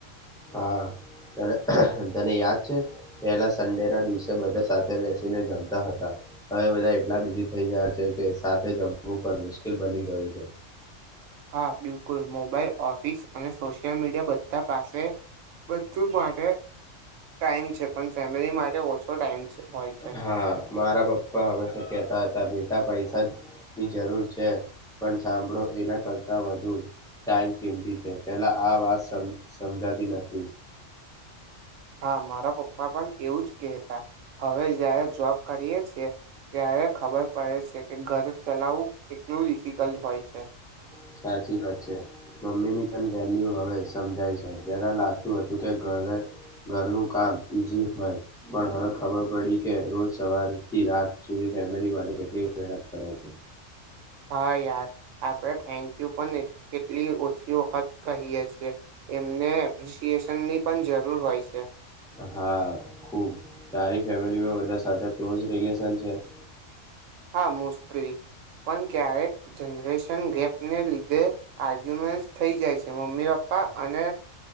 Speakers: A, in the centre; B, on the right.
A: હા તને તને યાદ છે પહેલા સંડે ના દિવસે બધા સાથે બેસીને જમતા હતા હવે બધા એટલા બીઝી થઈ ગયા છે કે સાથે જમવું પણ મુશ્કેલ બની ગયું છે
B: હા બિલકુલ મોબાઈલ ઓફિસ અને સોશિયલ મીડિયા બધા પાસે બધું માટે ટાઈમ છે પણ ફેમિલી માટે ઓછો ટાઈમ હોય છે
A: હા મારા પપ્પા હંમેશા કેતા હતા બેટા પૈસા ની જરૂર છે પણ સાંભળો એના કરતા વધુ ટાઈમ કેમતી છે પેલા આ વાત સમજાતી નથી
B: હા મારા પપ્પા પણ એવું જ કેતા હવે જારે જોબ કરીએ છે ત્યારે ખબર પડે છે કે ઘર ચલાવવું કેટલું ડિફિકલ્ટ હોય છે
A: હ સાચી વાત છે મમ્મી ની પણ વેલ્યુ હવે સમજાય છે પેલા લાગતું હતું કે ઘરે ઘરનું કામ ઈઝ હોય પણ હવે ખબર પડી કે રોજ સવારથી રાત સુધી ફેમિલી માટે કેટલી મહેનત કરે છે
B: હા યાર આપડણે થેન્ક યુ પણ કેટલી ઓછી વખત કહીએ છીએ એમને એપ્રિશિએશન ની પણ જરૂર હોય છે
A: હા ખુબ તારી ફેમિલીમાં બધા સાથે ક્લોઝ રિલેશન છે <inaudible> <inaudible>
B: અમુકસ્ત્રી પણ ક્યારેક જનરેશન ગેપને લીધે આર્ગ્યુમેન્ટ થઈ જાય છે મમ્મી પપા પ્પા અને